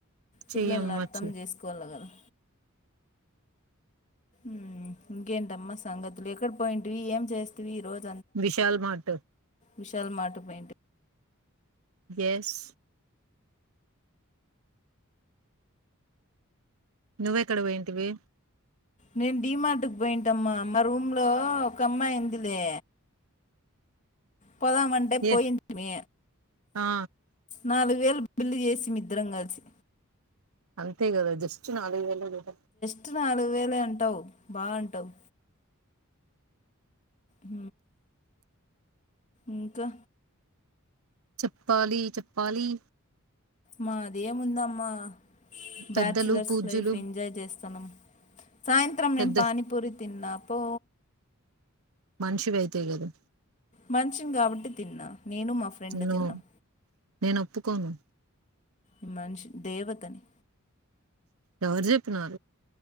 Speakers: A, on the left; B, on the right.
A: పిల్లోల్లు
B: చెయ్యమ్మా
A: అర్థం
B: చెయ్
A: చేసుకోవాలి కదా ఊ ఇంకేంటమ్మా సంగతులు ఎక్కడ పోయింటివి ఏం చేస్తవి ఈ రోజు
B: విశల్ మార్ట్
A: విశాల్ మార్ట్ పోయింట్
B: ఎస్ నువ్వెక్కడ పోయింటివి
A: నేను డి మార్ట్కి పోయింటమ్మా మా రూమ్ లో ఒక అమ్మాయి ఉందిలే పోదామంటే
B: ఏ
A: పోయింటిమి
B: ఆ
A: నలుగు వేలు బిల్లు జేసిమి ఇద్రం గలిసి
B: అంతే గదా జస్ట్ నాలుగు వేలు లేగ
A: ట్ నాలుగు వేలే అంటావు బా అంటావు హ ఇంకా
B: చప్పాలి చెప్పాలి
A: మాదేముందమ్మా
B: పెద్దలు
A: బ్యాచలర్స్
B: పూజ్యులు
A: లైఫ్ ఎంజాయ్ చేస్ సలం సాయంత్రం
B: పెద్ద
A: నేను పానీపూరి తిన్నా పో
B: మనిషివయితే కదా
A: మనిషిని కాబట్టి తిన్నా నేను మా ఫ్రెండ్
B: నో
A: తిన్నాం
B: నేను ఒప్పుకోను
A: ఈ మనిషి దేవతని
B: ఎవరు చెప్పిరు